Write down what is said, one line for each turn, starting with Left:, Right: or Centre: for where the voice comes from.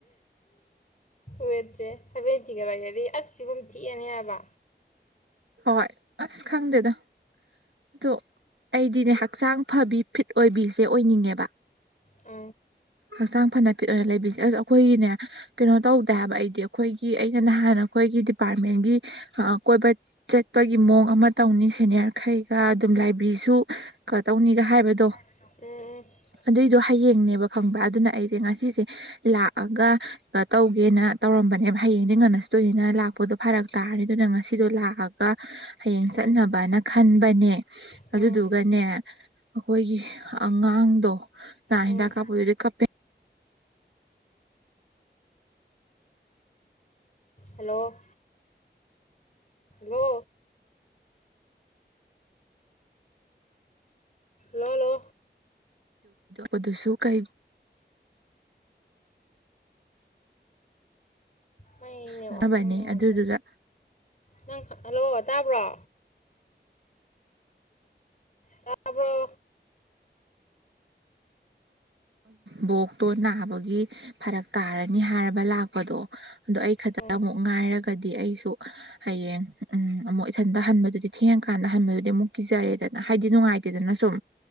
Left: ꯋꯦꯠꯁꯦ ꯁꯚꯦꯟꯇꯤꯒ ꯂꯩꯔꯗꯤ ꯑꯁ ꯐꯤꯕꯝ ꯊꯤꯛꯑꯦꯅꯦ ꯍꯥꯏꯕ
Right: ꯍꯣꯏ ꯑꯁ ꯈꯪꯗꯦꯗ ꯑꯗꯣ ꯑꯩꯗꯤꯅꯦ ꯍꯛꯆꯥꯡ ꯐꯕꯤ ꯐꯤꯠ ꯑꯣꯏꯕꯤꯁꯦ ꯑꯣꯏꯅꯤꯡꯉꯦꯕ
Left: ꯑ
Right: ꯍꯛꯆꯥꯡ ꯐꯅ ꯄꯤꯠ ꯑꯣꯏꯅ ꯂꯩꯕꯤꯁꯦ ꯑꯁ ꯑꯩꯈꯣꯏꯒꯤꯅꯦ ꯀꯩꯅꯣ ꯇꯧꯗ ꯍꯥꯏꯕ ꯑꯩꯗꯤ ꯑꯩꯈꯣꯏꯒꯤ ꯑꯩꯅ ꯅꯍꯥꯟ ꯑꯩꯈꯣꯏꯒꯤ ꯗꯤꯄꯥꯔꯠꯃꯦꯟꯒꯤ ꯀꯣꯏꯕ ꯆꯠꯄꯒꯤ ꯃꯑꯣꯡ ꯑꯃ ꯇꯧꯅꯤ ꯁꯦꯅꯤꯌꯥꯔꯈꯩꯒ ꯑꯗꯨꯝ ꯂꯥꯏꯕꯦꯔꯤꯁꯨ ꯀ ꯇꯧꯅꯤꯒ ꯍꯥꯏꯕꯗꯣ
Left: ꯑꯦ
Right: ꯑꯗꯨꯏꯗꯣ ꯍꯌꯦꯡꯅꯦꯕ ꯈꯪꯕ꯭ꯔ ꯑꯗꯨꯅ ꯑꯩꯁꯦ ꯉꯁꯤꯁꯦ ꯂꯥꯛꯑꯒ ꯇꯧꯒꯦꯅ ꯇꯧꯔꯝꯕꯅꯦꯕ ꯍꯌꯦꯡꯗꯤ ꯉꯟꯅꯁꯇꯣꯏꯅꯤꯅ ꯂꯥꯛꯄꯗꯣ ꯐꯔꯛ ꯇꯥꯔꯦ ꯑꯗꯨꯅ ꯉꯁꯤꯗꯣ ꯂꯥꯛꯑꯒ ꯀ ꯍꯌꯦꯡ
Left: ꯎꯝ
Right: ꯆꯠꯅꯕꯅ ꯈꯟꯕꯅꯦ
Left: ꯎꯝ
Right: ꯑꯗꯨꯗꯨꯒꯅꯦ ꯑꯩꯈꯣꯏꯒꯤ ꯑꯉꯥꯡꯗꯣ ꯅ
Left: ꯎꯝ
Right: ꯗ ꯀꯥꯕꯨꯗꯤ ꯀꯞꯄꯦ
Left: ꯍꯂꯣ ꯂꯣ ꯂꯣꯂꯣ
Right: ꯗꯗꯨꯁꯨ ꯀꯩ
Left: ꯃꯥꯏꯅꯦ
Right: ꯈꯅꯕꯅꯦ
Left: ꯋꯥꯥꯛꯁꯟ ꯅꯨꯅꯨꯡꯉꯇ
Right: ꯑꯗꯨꯗꯨꯗ
Left: ꯅꯪ ꯍꯜꯂꯣ ꯇꯥꯕ꯭ꯔꯣ ꯇꯥꯔꯕ꯭ꯔꯣ
Right: ꯕꯣꯛꯇꯣ ꯅꯥꯕꯒꯤ ꯐꯔꯛ ꯇꯥꯔꯅꯤ ꯍꯥꯏꯔꯕ ꯂꯥꯛꯄꯗꯣ ꯑꯗꯣ ꯑꯩ ꯈꯛꯇ
Left: ꯎꯝ
Right: ꯑꯃꯨꯛ ꯉꯥꯏꯔꯒ ꯀꯗꯤ ꯑꯩꯁꯨ ꯍꯌꯦꯡ ꯎ ꯑꯃꯨꯛ ꯏꯊꯟꯗ ꯍꯟꯕꯗꯨꯗꯤ ꯊꯦꯡꯉꯀꯥꯟꯗ ꯍꯟꯕꯗꯨꯗꯤ ꯑꯃꯨꯛ ꯀꯤꯖꯔꯦꯗꯅ ꯍꯥꯏꯗꯤ ꯅꯨꯡꯉꯥꯏꯇꯦꯗꯅ ꯁꯨꯝ